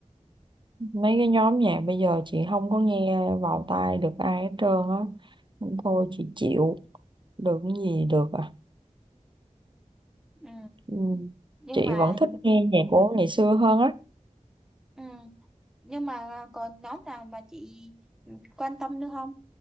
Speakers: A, on the right; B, in the centre.
A: Mấy cái nhóm nhạc bây giờ chị không có nghe vào tai được ai hết trơn á. Thôi chị chịu, được cái gì được à.
B: Ừ,
A: Ừ.
B: nhưng
A: Chị
B: mà
A: vẫn thích nghe nhạc của ngày xưa hơn á.
B: ừ, nhưng mà còn nhóm nào mà chị quan tâm nữa không?